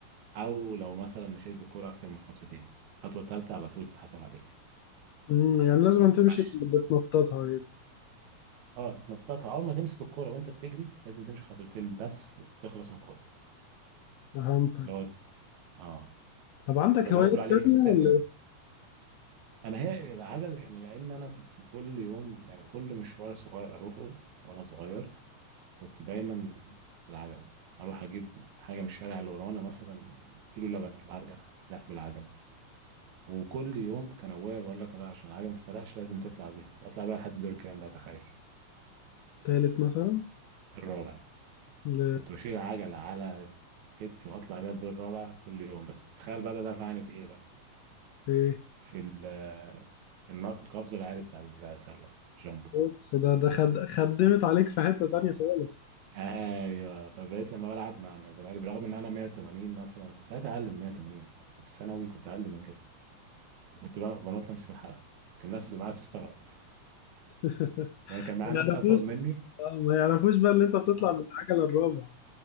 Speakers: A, on the right; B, on the left.
A: او لو مثلا مشيت بالكوره اكتر من خطوتين الخطوه الثالثه على طول تتحسب عليك
B: مم، يعني لازم تمشي
A: ماشي
B: بتنططها كده
A: اه تنططها اول ما تمسك الكوره وانت بتجري لازم تمشي خطوتين بس وتخلص من الكوره
B: فهمتك
A: اللي هو اه
B: طب عندك
A: ده اللي
B: هوايات
A: هو بيقول عليه
B: تانية
A: السلم
B: ولا إيه؟
A: انا هي العجل لان انا كنت كل يوم يعني كل مشوار صغير اروحه وانا صغير كنت دايما بالعجله اروح اجيب حاجه من الشارع اللي ورانا مثلا كيلو لبن وارجع لا بالعجله وكل يوم كان ابويا بيقول لك لا عشان العجله ما تتسرقش لازم تطلع بيها تطلع بيها لحد دور كام بقى تخيل
B: تالت مثلا
A: الرابع
B: ل...
A: كنت بشيل العجله على كتفي واطلع بيها الدور الرابع كل يوم بس تخيل بقى ده ده نفعني في ايه بقى
B: في إيه؟
A: في ال- النط القفز العالي بتاع السله جامب
B: أوف، ده ده خد... خدمت عليك في حتة تانية
A: اه
B: خالص
A: ايوه فبقيت لما بلعب مع زمايلي برغم ان انا 180 مثلا كنت ساعتها اقل من 180 كنت في ثانوي كنت اقل من كده وكنت بقى بنط امسك الحلقه فكان الناس اللي معايا تستغرب
B: <laughs>
A: <laughs> لما كان معايا
B: ما
A: ناس
B: يعرفوش
A: اطول مني
B: آه ما يعرفوش بقى إن أنت بتطلع
A: اه
B: من العجلة الرابع